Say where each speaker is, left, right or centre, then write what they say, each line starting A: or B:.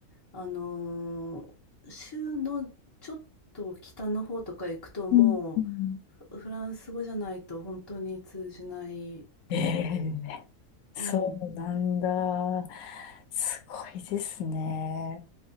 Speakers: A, on the left (about 30°); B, on the left (about 70°).
A: あの、州のちょっと北の方とか行くとも
B: うんうん
A: う、フフランス語じゃないと本当に通じないっていう。
B: ええ、そうなんだ。
A: うん。
B: すごいですね。